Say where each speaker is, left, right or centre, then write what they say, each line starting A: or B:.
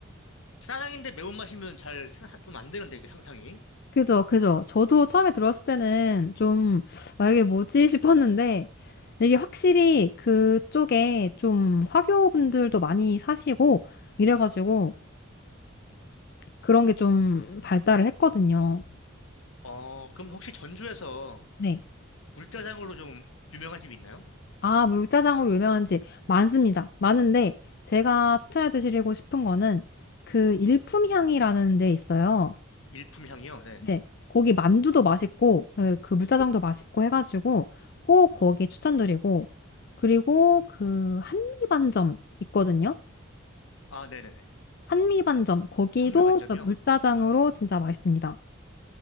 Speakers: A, on the left; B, on the left.
A: 짜장인데 매운맛이면 잘, 좀 안 되는데, 이게 상상이.
B: 그죠, 그죠. 저도 처음에 들었을 때는 좀, 아, 이게 뭐지 <laughs> 싶었는데, 이게 확실히 그쪽에 좀 화교분들도 많이 사시고, 이래가지고 그런 게 좀 발달을 했거든요.
A: 어, 그럼 혹시 전주에서
B: 네.
A: 물짜장으로 좀 유명한 집이 있나요?
B: 아, 물짜장으로 유명한 집 많습니다. 많은데, 제가 추천해 드리고 싶은 거는 그 일품향이라는 데 있어요.
A: 일품 향이요? 네.
B: 네, 거기 만두도 맛있고, 예, 그 물짜장도 맛있고 해가지고 꼭 거기 추천드리고, 그리고 그 한미반점 있거든요?
A: 아, 네네네.
B: 한미반점, 거기도
A: 한물 만점이요?
B: 진짜 물짜장으로 진짜 맛있습니다.